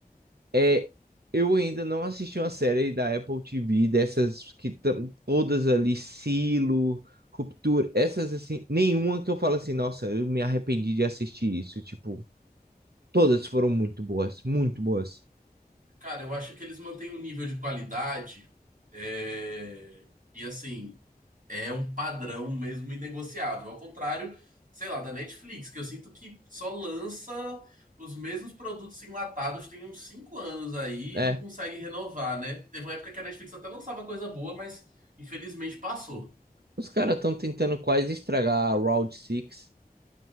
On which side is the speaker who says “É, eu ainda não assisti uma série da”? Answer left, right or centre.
Right